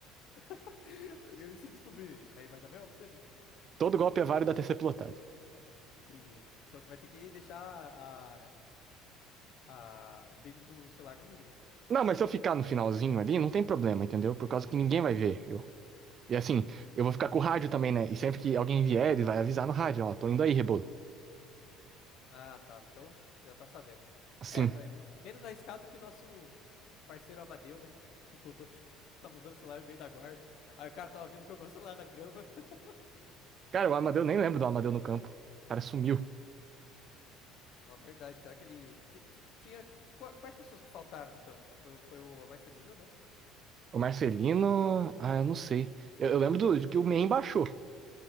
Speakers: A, on the left; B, on the right.
A: <laughs> Eu e se descobrirem, aí vai dar bem pra você, né?
B: Todo golpe é válido até ser plotado.
A: Entendi. Então você vai ter que deixar a, a, o brilho do celular no mínimo, então.
B: Não, mas se eu ficar no finalzinho ali, não tem problema, entendeu? Por causa que ninguém vai ver eu. E assim, eu vou
A: Entendi.
B: ficar com o rádio também, né? E sempre que alguém vier, ele vai avisar no rádio, ó, tô indo aí, Rebolo.
A: Ah, tá, então já tá sabendo.
B: Assim.
A: É, mas menos arriscado que o nosso parceiro Amadeu, né? Que contou que <laughs> tava usando o celular no meio da guarda. Aí o cara tava vindo, jogou o celular na grama. <laughs>
B: Cara, o Amadeu, nem lembro do Amadeu no campo. O cara sumiu.
A: Na verdade, será que ele. T- ti- Tinha. qua- Quais pessoas que faltaram no campo? Que foi, o- foi o Marcelino, né?
B: O Marcelino, ah, eu não sei. Eu, eu lembro do, de que o Men baixou.